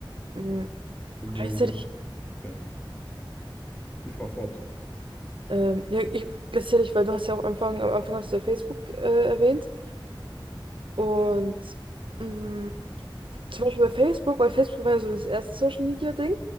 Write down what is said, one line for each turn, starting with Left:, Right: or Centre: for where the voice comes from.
Right: Ähm,
Left: Und
Right: gleichzeitig.
Left: weil man, ja, die fahr fort.
Right: Ähm, ja, ich, gleichzeitig, weil du hast ja auch am Anfang, am Anfang hast du ja Facebook äh, erwähnt. Und mh, zum Beispiel bei Facebook, weil Facebook war ja so das erste Social Media Ding,